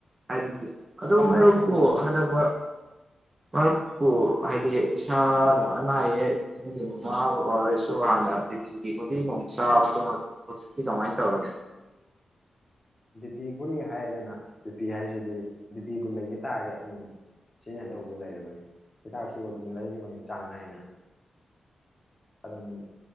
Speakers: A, on the right (about 20°); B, on the left (about 20°).
A: ꯍꯥꯏꯗꯤ ꯑꯗꯨ
B: ꯀꯃꯥꯏꯅ
A: ꯃꯔꯨꯞꯄꯣ
B: ꯅꯨꯡꯉꯥꯏꯗꯣꯏꯅꯣ
A: ꯍꯟꯗꯛ ꯃ ꯍꯥꯏ ꯍꯥꯏꯗꯤ ꯏꯁꯥꯅꯅꯨꯡ ꯑꯅꯥ ꯑꯌꯦꯛꯒꯤ ꯃꯃꯥ ꯕꯕꯥ ꯑꯣꯏꯔꯁꯨ ꯍꯥꯟꯅ ꯕꯤꯄꯤꯤꯒꯤꯕꯨꯗꯤ ꯅꯨꯡ ꯆꯥꯕꯗꯣ ꯍꯧꯖꯤꯛꯇꯤ ꯀꯃꯥꯏꯅ ꯇꯧꯔꯒꯦ
B: ꯗꯤꯄꯤ ꯒꯨꯂꯤ ꯍꯥꯏꯔꯗꯅ ꯗꯤꯄꯤ ꯍꯥꯏꯁꯤꯗꯤ ꯗꯤꯄꯤꯕꯨ ꯂꯩꯒ ꯇꯥꯔꯗꯤ ꯑꯗꯨꯝ ꯁꯤꯖꯤꯟꯅꯗꯕꯗꯨ ꯂꯩꯔꯤꯕꯅꯤ ꯍꯤꯗꯥꯛꯁꯨ ꯑꯗꯨꯝ ꯂꯩꯔꯤꯕꯅꯤ ꯆꯥꯡ ꯅꯥꯏꯅ ꯑꯗꯨꯝ